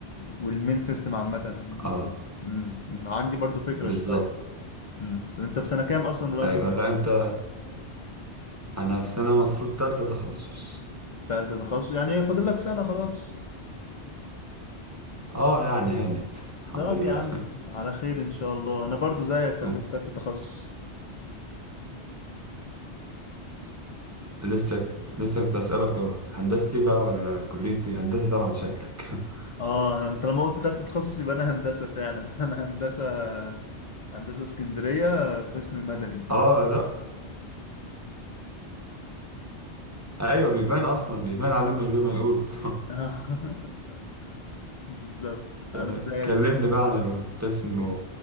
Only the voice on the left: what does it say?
والمين سيستم عامة
امم عندي برضو فكرة
شوية امم طب أنت في سنة كام أصلا دلوقتي؟
تالتة تخصص يعني هي فاضل لك سنة خلاص
طب
يا عم على خير إن شاء الله أنا برضو زيك خلي
بالك تالتة تخصص
اه انت لما قلت تالتة تخصص يبقى انا هندسة فعلا <laughs> انا هندسة هندسة اسكندرية قسم مدني
<laughs> بالظبط
انا زيك
برضه